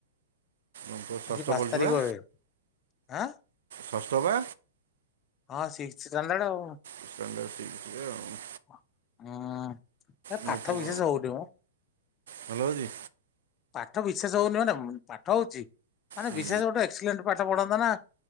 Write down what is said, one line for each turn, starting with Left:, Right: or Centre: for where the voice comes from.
Right: ଆମ୍ ପୁଅ ଷଷ୍ଠ
Left: ଆଜି ପାଞ୍ଚ
Right: ପଢ଼ୁଛି
Left: ତାରିଖ
Right: ବା
Left: ହୁଏ ଆଁ
Right: ଷଷ୍ଠ ପା।
Left: ହଁ ସିକ୍ସ୍ ଷ୍ଟାଣ୍ଡାର୍ଡ୍ ଆଉ।
Right: ଷ୍ଟାଣ୍ଡାର୍ଡ୍ ସିକ୍ସରେ ଆଉ।
Left: ହୁଁ। ଏ
Right: ମୋ
Left: ପାଠ
Right: ପୁଅ
Left: ବିଶେଷ ହଉନି ମ
Right: ଭଲ ଅଛି?
Left: ପାଠ ବିଶେଷ ହୋଉନି ମାନେ ପାଠ ହୋଉଚି ମାନେ
Right: ହୁଁ,
Left: ବିଶେଷ ଗୋଟେ ଏକ୍ସିଲେଣ୍ଟ୍ ପାଠ ପଢନ୍ତା ନା